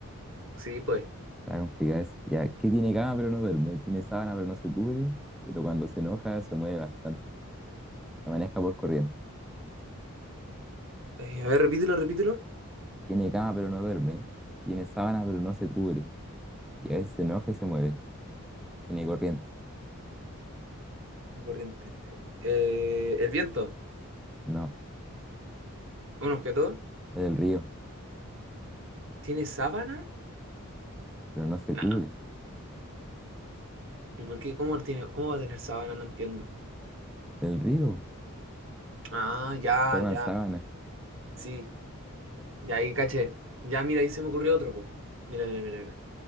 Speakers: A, on the right (about 60°); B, in the centre.
A: Sí, pues.
B: Está complicado eso. Ya, que tiene cama pero no duerme. Tiene sábana pero no se cubre. Pero cuando se enoja se mueve bastante. Se maneja por corriente.
A: Ay, a ver, repítelo, repítelo.
B: Tiene cama pero no duerme. Tiene sábana pero no se cubre. Y a veces se enoja y se mueve. Tiene corriente.
A: Mi corriente. Eh, el viento.
B: No,
A: Un objeto.
B: es el río.
A: ¿Tiene sábana?
B: Pero no se
A: Nah.
B: cubre.
A: ¿Y por qué? ¿Cómo tiene, cómo va a tener sábana? No entiendo.
B: El río.
A: Ah, ya,
B: Forman
A: ya.
B: sábana.
A: Sí. Ya ahí caché. Ya, mira, ahí se me ocurrió otro, po. Mira, mira, mira, mira.